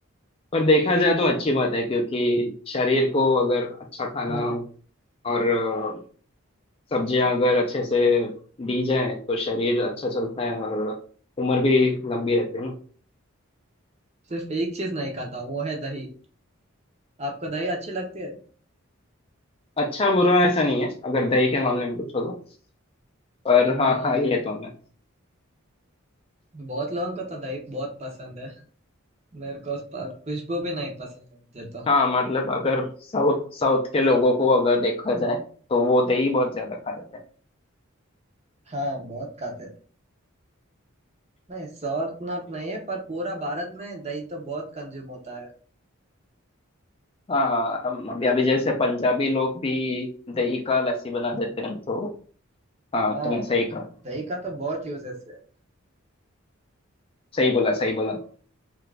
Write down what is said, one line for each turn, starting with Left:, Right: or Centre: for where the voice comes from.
Left: पर देखा जाए तो अच्छी बात है क्योंकि शरीर को अगर अच्छा खाना
Right: हम्म
Left: और अ, सब्जियां अगर अच्छे से दी जाए तो शरीर अच्छा चलता है और उम्र भी लंबी रहती है ना
Right: सिर्फ एक चीज नहीं खाता वो है दही आपको दही अच्छी लगती है
Left: अच्छा बुरा ऐसा नहीं है अगर दही के मामले में पूछो तो पर हाँ
Right: हम्म
Left: खा ही लेता हूँ मैं
Right: बहुत लोगों को तो दही बहुत पसंद है मेरे को उस पर खुशबू भी नहीं पसंद है मुझे तो
Left: हाँ मतलब अगर साउथ साउथ के लोगों को अगर देखा जाए तो वो दही बहुत ज्यादा खा लेते हैं
Right: हाँ बहुत खाते हैं नहीं सॉर्थ नॉट नहीं है पर पूरा भारत में दही तो बहुत कंज्यूम होता है
Left: हाँ हाँ हम- अभी अभी जैसे पंजाबी लोग भी दही का लस्सी बना देते
Right: हम्म
Left: हैं तो हाँ
Right: हाँ
Left: तुमने सही कहा
Right: दही का तो बहुत यूजेस है
Left: सही बोला सही बोला